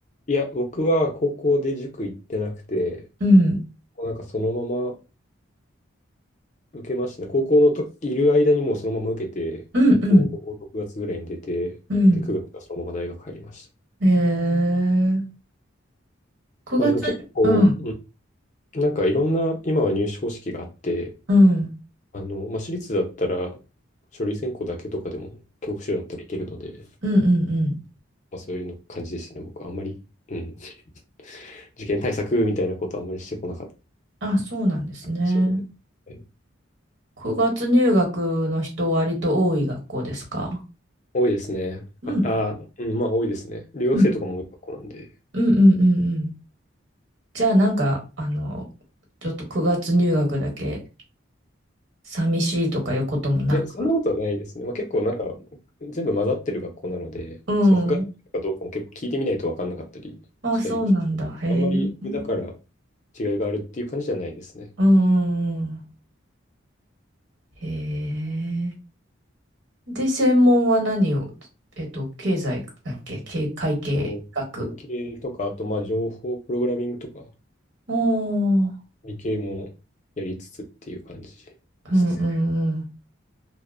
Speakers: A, on the left; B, on the right.
A: いや、僕は高校で塾行ってなくて、
B: うん。
A: もうなんかそのまま受けましたね。高校のといる間にもうそのまま受けて、
B: うんうん
A: 高校を6月ぐらいに出て、
B: うん。
A: で、9月がそのまま大学入りました。
B: へえ9月、
A: まあでも結構、
B: うん、
A: うんなんかいろんな、今は入試方式があって、
B: うん、
A: あの、まあ、私立だったら、書類選考だけとかでも、教科書だったらいけるので、
B: うんうんうん。
A: まあ、そういうの感じでしたね。僕、あんまり、うん、<laughs> 受験対策みたいなことはあんまりしてこなかっ
B: あ、そうなんですね。
A: たかもしれない。はい
B: 9月入学の人割と多い学校ですか
A: 多いですね。
B: うん、
A: あ、あ、うん、まあ多いですね。留学生とかも多い学校なんで。
B: うん、うんうんうんうん。じゃあなんか、あの、ちょっと9月入学だけ寂しいとかいうこともなく。
A: いや、そんなことはないですね。まあ、結構なんか、全部混ざってる学校なので、
B: うん。
A: その9月かどうかも結構聞いてみないと分かんなかったりしたり、
B: あ、そうなんだ。へえ。
A: あんまり、
B: うん
A: だから違いがあるっていう感じじゃないですね。
B: うんうん。へえ。で、専門は何を、えっと、経済だっけ、経、会計学。
A: と、会計とか、あと、まあ、情報プログラミングとか、
B: おー、
A: 理系もやりつつっていう感じですね。
B: うんうんうん。